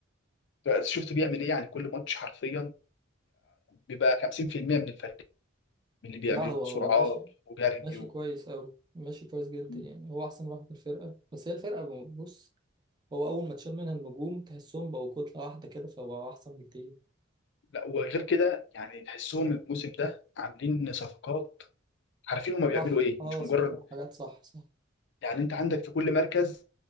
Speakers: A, on the left; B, on the right.
A: بس شفت بيعمل ايه يعني كل ماتش حرفيا بيبقى 50% من الفريق من اللي بيعمله
B: لا هو
A: سرعات
B: هو ماشي
A: وجري
B: ماشي
A: و...
B: كويس قوي ماشي كويس جدا
A: مم.
B: يعني هو احسن واحد في الفرقة بس هي الفرقة بص هو أول ما تشيل منها النجوم تحسهم بقوا كتلة واحدة كده فبقوا أحسن بكتير
A: لا وغير كده يعني تحسهم الموسم ده عاملين صفقات عارفين هما بيعملوا
B: صح
A: ايه
B: اه
A: مش
B: صفقات
A: مجرد
B: حاجات صح صح
A: يعني انت عندك في كل مركز